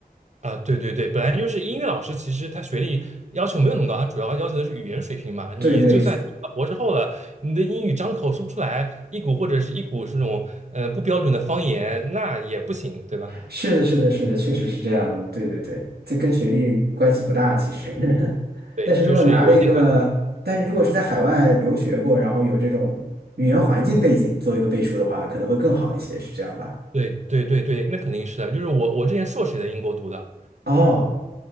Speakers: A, on the right; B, on the right.
A: 啊，对对对，本来就是英语老师，其实他学历要求没有那么高，他主要要求的是语言水平嘛。你就算博士后了，
B: 对对，
A: 你的英语张口说不出来一股或者是一股这种呃不标准的方言，那也不行，对吧？
B: 是的，是的，是的，确实是这样的。对对对，这跟学历关系不大，其实。<laughs>
A: 对，
B: 但是如果拿了一个，
A: 就是有一点关系。
B: 但是如果是在海外留学过，
A: 嗯，
B: 然后有这种语言环境背景做一个背书的话，可能会更好一些，是这样吧？
A: 对对对对，那肯定是的。就是我我之前硕士也在英国读的，
B: 哦